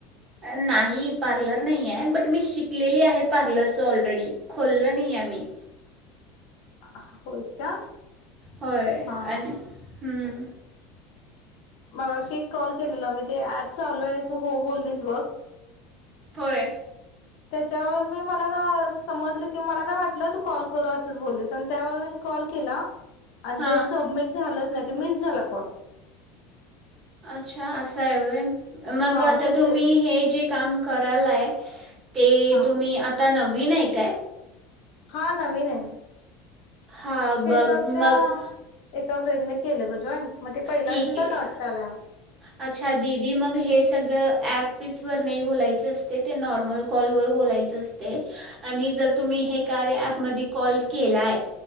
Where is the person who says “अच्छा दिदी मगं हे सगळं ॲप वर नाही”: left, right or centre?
Right